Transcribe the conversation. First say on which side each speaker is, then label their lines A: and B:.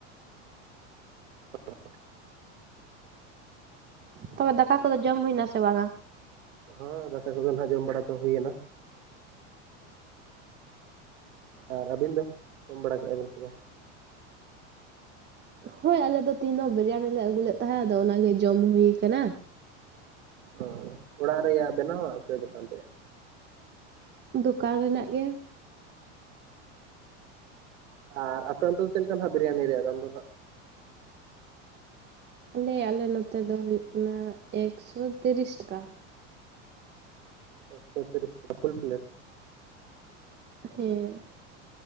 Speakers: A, on the right (about 85°); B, on the right (about 30°).
A: <inaudible>
B: ᱛᱚᱵᱮ ᱫᱟᱠᱟ ᱠᱚᱫᱚ ᱡᱚᱢ ᱦᱩᱭᱱᱟ ᱥᱮ ᱵᱟᱝᱟ?
A: ᱦᱚᱸ ᱫᱟᱠᱟ ᱠᱚᱫᱚ ᱱᱟᱸᱜ ᱡᱚᱢ ᱵᱟᱲᱟ ᱫᱚ ᱦᱩᱭᱮᱱᱟ᱾ ᱟᱨ ᱟᱹᱵᱤᱱ ᱫᱚ ᱡᱚᱢ ᱵᱟᱲᱟ ᱠᱮᱜᱼᱟ ᱵᱤᱱ ᱥᱮ ᱵᱟᱝ?
B: ᱦᱳᱭ ᱟᱞᱮ ᱫᱚ ᱛᱮᱦᱮᱧ ᱫᱚ ᱵᱤᱨᱭᱟᱱᱤ ᱞᱮ ᱟᱹᱜᱩ ᱞᱮᱫ ᱛᱟᱦᱮᱸᱫ ᱟᱫᱚ ᱚᱱᱟᱜᱮ ᱡᱚᱢ ᱦᱩᱭ ᱟᱠᱟᱱᱟ᱾
A: ᱚᱻ ᱚᱲᱟᱜ ᱨᱮᱭᱟᱜ ᱵᱮᱱᱟᱣᱟᱜ ᱥᱮ ᱫᱚᱠᱟᱱ ᱨᱮᱭᱟᱜ?
B: ᱫᱚᱠᱟᱱ ᱨᱮᱱᱟᱜ ᱜᱮ᱾
A: ᱟᱨ ᱟᱯᱮ ᱚᱱᱛᱮ ᱫᱚ ᱪᱮᱫ ᱞᱮᱠᱟ ᱵᱤᱨᱤᱭᱟᱱᱤ ᱨᱮᱭᱟᱜ ᱫᱟᱢ ᱫᱚ ᱱᱟᱸᱜ?
B: ᱟᱞᱮ ᱟᱞᱮ ᱱᱚᱛᱮ ᱫᱚ ᱦᱩᱭᱩᱜ ᱠᱟᱱᱟ ᱮᱠᱥᱚ ᱛᱤᱨᱤᱥ ᱴᱟᱠᱟ᱾
A: ᱮᱠᱥᱚ ᱛᱤᱨᱤᱥ ᱴᱟᱠᱟ ᱯᱷᱩᱞ ᱯᱮᱞᱮᱴ᱾
B: ᱦᱮᱸ᱾